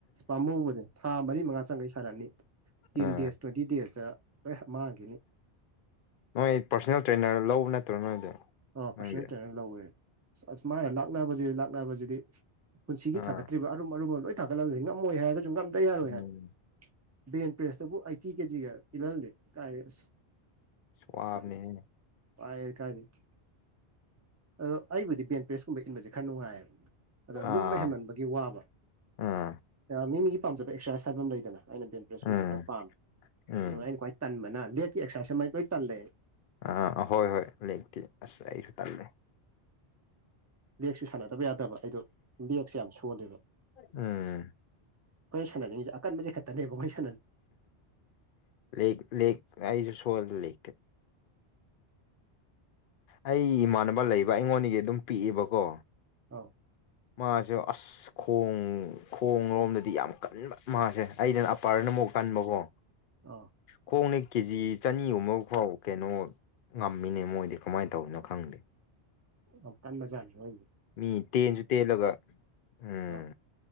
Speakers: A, on the right; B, on the left.
A: ꯄꯥꯝꯃꯨꯕꯅꯦ ꯊꯥ ꯃꯔꯤ ꯃꯪꯉꯥ ꯆꯪꯈꯩ ꯁꯥꯟꯅꯅꯤ ꯇꯦꯟ
B: ꯑꯥ
A: ꯗꯦꯁ ꯇꯨꯋꯦꯟꯇꯤ ꯗꯦꯁꯇ ꯂꫭꯏ ꯃꯥꯡꯈꯤꯅꯤ
B: ꯅꯣꯏ ꯄꯔꯁꯣꯅꯦꯜ ꯇ꯭ꯔꯦꯅꯔ ꯂꯧꯕ ꯅꯠꯇ꯭ꯔꯣ ꯅꯣꯏꯗꯤ
A: ꯑꯣ
B: ꯅꯪꯗꯤ
A: ꯄꯔꯁꯣꯅꯦꯜ ꯇ꯭ꯔꯦꯅꯔ ꯂꯧꯋꯦ ꯑꯁ ꯃꯥꯥꯅ ꯂꯥꯛꯅꯕꯖꯤꯗꯤ ꯂꯥꯛꯅꯕꯖꯤꯗꯤ ꯄꯨꯟꯁꯤꯒꯤ
B: ꯑꯥ
A: ꯊꯥꯡꯒꯠꯇ꯭ꯔꯤꯕ ꯑꯔꯨꯝ ꯑꯔꯨꯝꯕ ꯂꯣꯏ ꯊꯥꯡꯒꯠꯍꯜꯂꯦ ꯉꯝꯃꯣꯏ ꯍꯥꯏꯔꯒꯖꯨ ꯉꯝꯗ ꯌꯥꯔꯣꯏ
B: ꯎꯝ
A: ꯍꯥꯏ ꯕꯦꯟ ꯄ꯭ꯔꯦꯁꯇꯕꯨ ꯑꯩꯠꯇꯤ ꯀꯦꯖꯤꯒ ꯄꯤꯜꯍꯜꯂꯦ ꯀꯥꯏꯔꯦ ꯑꯁ
B: ꯑꯁ ꯋꯥꯕꯅꯦꯍꯦ
A: ꯀꯥꯏ ꯋꯥꯏꯌꯦ ꯀꯥꯏꯗꯩꯩ ꯑꯗꯣ ꯑꯩꯕꯨꯗꯤ ꯄꯦꯟ ꯄ꯭ꯔꯦꯁꯀꯨꯝꯕ ꯏꯟꯕꯁꯦ ꯈꯔ ꯅꯨꯡꯉꯥꯏꯌꯦꯕ ꯑꯗꯣ
B: ꯑꯥ
A: ꯂꯨꯝꯕ ꯍꯦꯟꯃꯟꯕ ꯒꯤ ꯋꯥꯕ
B: ꯑꯥ
A: ꯃꯤ ꯃꯤꯒꯤ ꯄꯥꯝꯖꯕ ꯑꯦꯛꯁꯔꯁꯥꯏꯁ ꯍꯥꯏꯕ ꯑꯃ ꯂꯩꯗꯅ ꯑꯩꯅ ꯕꯦꯟ ꯄ꯭ꯔꯦꯁꯀꯨꯝꯕꯁꯦ
B: ꯎꯝ
A: ꯈꯔ ꯄꯥꯝꯃꯦ
B: ꯎꯝ
A: ꯑꯗꯨꯒ ꯑꯩꯅ ꯈ꯭ꯋꯥꯏ ꯇꯟꯕꯅ ꯂꯦꯛꯀꯤ ꯑꯦꯛꯁꯔꯁꯥꯏ ꯑꯃ ꯂꯣꯏ ꯇꯜꯂꯦ
B: ꯑꯥ ꯍꯣꯏ ꯍꯣꯏ ꯂꯦꯛꯇꯤ ꯑꯁ ꯑꯩꯁꯨ ꯇꯜꯂꯦ
A: ꯂꯦꯛꯁꯨ ꯁꯥꯟꯅꯗꯕ ꯌꯥꯗꯕ ꯑꯩꯗꯣ ꯂꯦꯛꯁꯦ ꯌꯥꯝ ꯁꯣꯜꯂꯦꯕ
B: ꯎꯝ
A: ꯑꯩꯈꯣꯏ ꯁꯥꯟꯅꯅꯤꯡꯖꯦ ꯑꯀꯟꯕꯖꯦ ꯈꯠꯇꯅꯦꯕ ꯑꯩꯈꯣꯏ ꯁꯥꯟ
B: ꯂꯦꯛ ꯂꯦꯛꯅ ꯑꯩꯁꯨ ꯁꯣꯜ ꯂꯦ ꯑꯩ ꯏꯃꯥꯟꯅꯕ ꯂꯩꯕ ꯑꯩꯉꯣꯟꯗꯒꯤ ꯑꯗꯨꯝ ꯄꯤꯛꯑꯦꯕꯀꯣ
A: ꯑꯥꯎ
B: ꯃꯥꯖꯨ ꯑꯁ ꯑꯁ ꯈꯣꯡ ꯈꯣꯡ ꯂꯣꯝꯗꯗꯤ ꯌꯥꯝ ꯀꯟꯕ ꯃꯥꯁꯦ ꯑꯩꯩꯅ ꯑꯄꯔꯗ ꯑꯃꯨꯛ ꯀꯟꯕꯀꯣ
A: ꯑꯧ
B: ꯈꯣꯡꯅ ꯀꯦꯖꯤ ꯆꯅꯤꯒ ꯐꯥꯎ ꯀꯩꯅꯣ ꯉꯝꯃꯤꯅꯦ ꯃꯣꯏꯗꯤ ꯀꯃꯥꯏꯅ ꯇꯧꯔꯤꯅꯣ ꯈꯪꯗꯦ
A: ꯌꯥꯝ ꯀꯟꯕꯥ ꯖꯥꯠꯅꯤ ꯃꫭꯏꯖꯦ
B: ꯃꯤ ꯇꯦꯟꯖꯨ ꯇꯦꯜꯂꯒ ꯎꯝ
A: ꯑꯥ